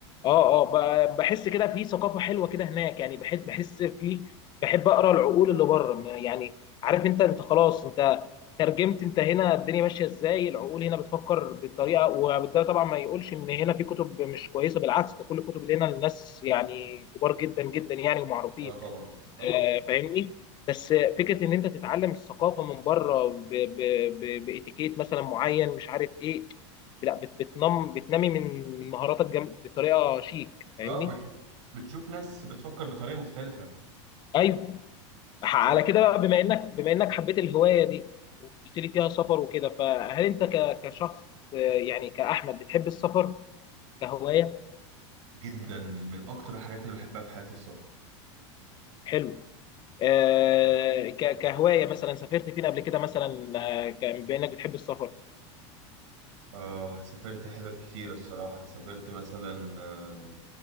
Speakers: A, on the left; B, on the right.
A: اه اه ب- بحس كده في ثقافه حلوه كده هناك يعني بحس بحس في بحب اقرا العقول اللي بره يعني عارف انت انت خلاص انت ترجمت انت هنا الدنيا ماشيه ازاي العقول هنا بتفكر بالطريقه وده طبعا ما يقولش ان هنا في كتب مش كويسه بالعكس ده كل الكتب اللي هنا الناس يعني كبار جدا جدا يعني ومعروفين
B: أه طبعا طبعا
A: آه، فاهمني بس فكره ان انت تتعلم الثقافه من بره ب- ب- ب- باتيكيت مثلا معين مش عارف ايه لا بت- بتنم بتنمي من من مهاراتك جم- بطريقه شيك فاهمني
B: أه بت... بتشوف ناس بتفكر بطريقة مختلفة
A: ايوه ح- على
B: لا
A: كده بقى بما انك بما انك حبيت الهوايه دي وقلت لي فيها سفر وكده فهل انت ك- كشخص آه، يعني كاحمد بتحب السفر كهوايه
B: جدا من أكتر الحاجات اللي بحبها في حياتي السفر
A: حلو آه، ك- كهوايه مثلا سافرت فين قبل كده مثلا آه، ك- بما انك بتحب السفر
B: آه سافرت حتت كتير الصراحة سافرت مثلا آه،